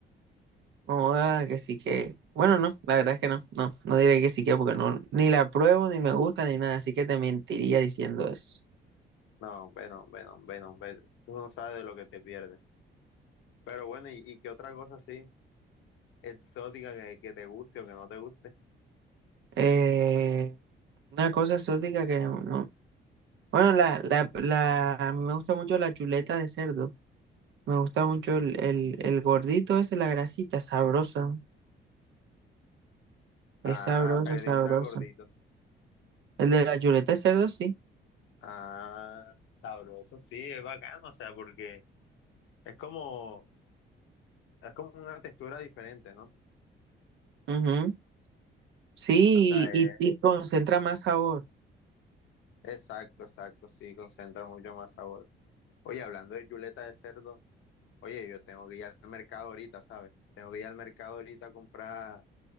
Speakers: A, on the right (about 65°); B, on the left (about 85°).
A: Como, "Ah, que sí que. Bueno, no, la verdad es que no, no, no diré que sí que porque no, ni la pruebo, ni me gusta, ni nada. Así que te mentiría diciendo eso.
B: No, bueno, bueno, bueno, vete. Tú no sabes de lo que te pierdes. Pero bueno, ¿y, y qué otra cosa así exótica que, que te guste o que no te guste?
A: Eh, una cosa exótica que no. no. Bueno, la, la, la, a mí me gusta mucho la chuleta de cerdo. Me gusta mucho el, el, el gordito ese, la grasita, sabrosa. Es
B: Ah,
A: sabroso,
B: o sea, que
A: sabroso.
B: te gusta el gordito.
A: El de la chuleta de cerdo, sí.
B: Ah, sabroso, sí, es bacano, o sea, porque es como, es como una textura diferente, ¿no?
A: Ujú. Sí,
B: O sea, eh,
A: y, y concentra más sabor.
B: exacto, exacto, sí, concentra mucho más sabor. Oye, hablando de chuleta de cerdo, oye, yo tengo que ir al mercado ahorita, ¿sabes? Tengo que ir al mercado ahorita a comprar